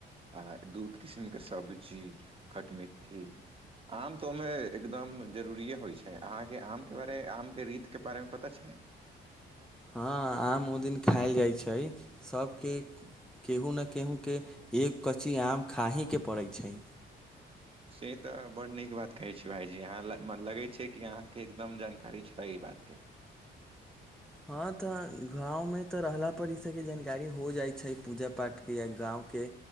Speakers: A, on the right (about 30°); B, in the centre.
A: आ दू किस्मि के सब्जी खटमिट्ठी आम तोमे एकदम जरूरिए होइ छै अहाँके आमके बारे आमके रीतके बारेमे पता छै
B: हँ आम ओदिन खायल जाइ छै सबके केहू न केहूके एक कच्ची आम खाहीके पड़ै छै
A: <inaudible> से तऽ बड नीक बात कहै छै भाइजी अहाँ लगैत छै कि अहाँके एकदम जानकारी छै ई बातके
B: हँ तऽ गाँवमे तऽ रहला पर ईसभके जानकारी हो जाइ छै पूजा पाठके या गाँवके